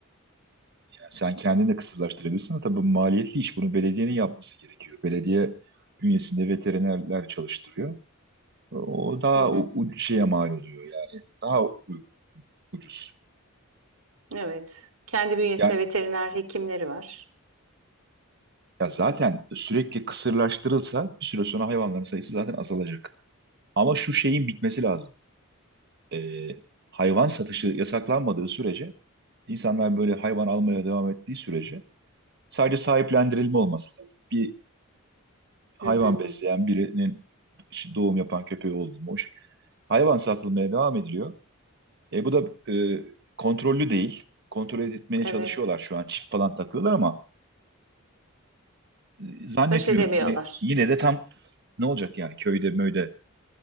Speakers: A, on the right; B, on the right.
A: Yani sen kendini de kısırlaştırabilirsin ama tabii bu maliyetli iş. Bunu belediyenin yapması gerekiyor. Belediye bünyesinde veterinerler çalıştırıyor. O daha
B: Hı hı,
A: u- u- şeye mal oluyor yani. Daha u- ucuz.
B: evet. Kendi bünyesinde
A: Ya,
B: veteriner hekimleri var.
A: ya zaten sürekli kısırlaştırılsa bir süre sonra hayvanların sayısı zaten azalacak. Ama şu şeyin bitmesi lazım. e, hayvan satışı yasaklanmadığı sürece insanlar böyle hayvan almaya devam ettiği sürece sadece sahiplendirilme olması lazım. Bir hayvan
B: Hı hı,
A: besleyen birinin işte doğum yapan köpeği oldu mu? hoş. Hayvan satılmaya devam ediliyor. E, bu da e, kontrollü değil. Kontrol etmeye
B: evet.
A: çalışıyorlar şu an. Çip falan takıyorlar ama e, zannetmiyorum.
B: Baş edemiyorlar.
A: Yine yine de tam ne olacak yani köyde möyde